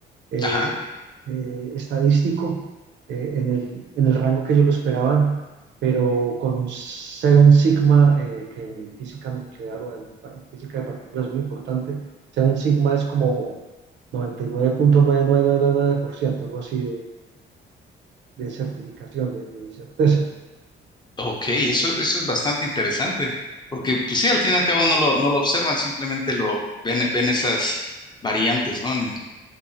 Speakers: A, on the right; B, on the left.
A: eh,
B: Ajá.
A: eh, estadístico eh, en el, en el rango que ellos lo esperaban, pero con un Seven Sigma, eh, que en física nuclear o en, en física de partículas es muy importante. Seven Sigma es como noventa y nueve punto nueve nueve nueve nueve punto por ciento algo así de, de certificación, de de certeza.
B: Ok, eso, eso es bastante interesante, porque pues sí, al fin y al cabo no lo, no lo observan, simplemente lo ven, ven esas variantes, ¿no? En el-